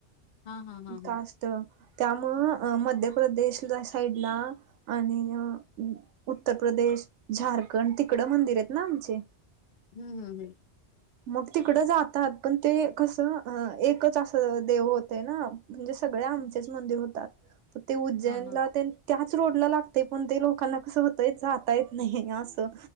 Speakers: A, on the left; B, on the right.
A: हा हा हा
B: कास्ट
A: हा
B: त्यामुळं अ मध्य प्रदेशला साईडला आणि अ उ उत्तर प्रदेश, झारखंड तिकडं मंदिर आहेत ना आमचे.
A: हम्म हम्म हम्म.
B: मग तिकडं जातात पण ते कसं ह एकच असं देव होतोय ना म्हणजे सगळे आमचेच मंदिर होतात पण ते उज्जैनला
A: हा हा.
B: तेन त्याच रोडला लागते पण ते लोकांना कसं होतय जाता येत नाही असं.